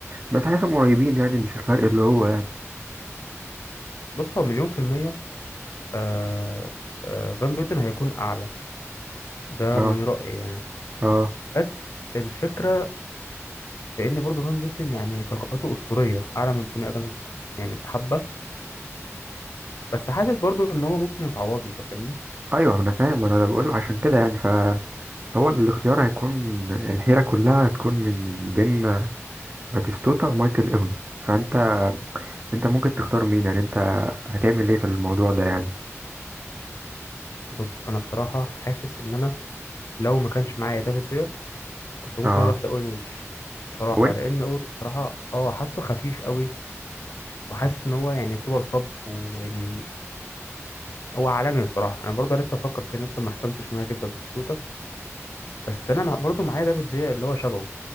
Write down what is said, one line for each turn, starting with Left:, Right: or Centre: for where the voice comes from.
Right: بس حاسسهم قريبين يعني مش الفرق اللي هو يعني
Left: بص هو مليون في المية آه آه فان بيوتن هيكون اعلى ده
Right: اه
Left: من رأيي يعني
Right: اه
Left: بس الفكرة في ان برضه فان بيوتن يعني طاقته اسطورية اعلى من توني ادمز يعني بحبة بس حاسس برضه ان هو ممكن يتعوضه انت فاهمني
Right: ايوه انا فاهم انا بقول عشان كده يعني فهو الاختيار هيكون الحيرة كلها هتكون من بين باتيستوتا ومايكل اوين فانت انت ممكن تختار مين يعني انت هتعمل ايه في الموضوع ده يعني
Left: بص انا بصراحه حاسس ان انا لو ما كانش معايا دافيد فيا كنت ممكن
Right: اه
Left: اروح لاوين ويبش بصراحه
Right: اوين
Left: لان اوين بصراحه اه حاسه خفيف قوي وحاسس ان هو يعني سوبر صب ويعني هو عالمي بصراحه انا برضه لسه بفكر فيه لسه ما حسمتش ان انا اجيب باتيستوتا بس انا مع- برضه معايا دافيد فيا اللي هو شبهه